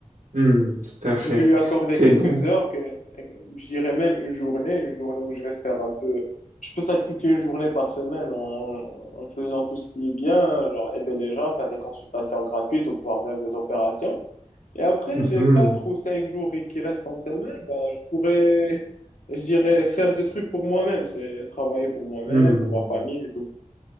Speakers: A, on the right; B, on the left.
A: mhm. Hmm, tout à fait.
B: Je vais lui accorder
A: C'est
B: quelques
A: bon.
B: heures, que, je dirais même une journée, une journée où je vais faire un peu. Je peux sacrifier une journée par semaine en, en faisant tout ce qui est bien, genre aider les gens, faire des consultations gratuites ou voire même des opérations. Et après,
A: Mhm,
B: j'ai quatre ou cinq jours qui restent en semaine, ben, je pourrais, je dirais, faire des trucs pour moi-même. C'est travailler pour moi-même,
A: hmm.
B: pour ma famille et tout.